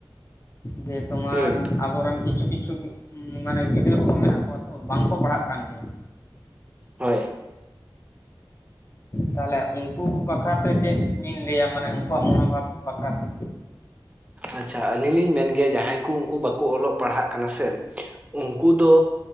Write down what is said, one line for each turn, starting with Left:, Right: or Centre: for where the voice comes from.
Left: ᱡᱮ ᱛᱳᱢᱟᱨ
Right: ᱦᱩᱸ
Left: ᱟᱵᱚᱨᱮᱱ ᱠᱤᱪᱷᱩ ᱠᱤᱪᱷᱩ ᱢᱟᱱᱮ ᱜᱤᱫᱽᱨᱟᱹ ᱠᱚᱠᱚ ᱢᱮᱱᱟᱜ ᱠᱚᱣᱟ ᱛᱚ ᱵᱟᱝᱠᱚ ᱯᱟᱲᱦᱟᱜ ᱠᱟᱱ ᱜᱮᱭᱟ
Right: ᱦᱳᱭ
Left: ᱛᱟᱦᱚᱞᱮ ᱩᱱᱠᱩ ᱵᱟᱠᱷᱨᱟᱛᱮ ᱪᱮᱫ ᱵᱤᱱ ᱞᱟᱹᱭᱟ ᱢᱟᱱᱮ ᱩᱱᱠᱩᱣᱟᱜ ᱢᱚᱱᱳᱵᱷᱟᱵ ᱵᱟᱠᱷᱨᱟᱛᱮ
Right: ᱟᱪᱪᱷᱟ ᱟᱹᱞᱤᱧ ᱞᱤᱧ ᱢᱮᱱ ᱜᱮᱭᱟ ᱡᱟᱦᱟᱸᱭ ᱠᱚ ᱩᱱᱠᱩ ᱵᱟᱠᱚ ᱚᱞᱚᱜ ᱯᱟᱲᱦᱟᱜ ᱠᱟᱱᱟ ᱥᱮ ᱩᱱᱠᱩ ᱫᱚ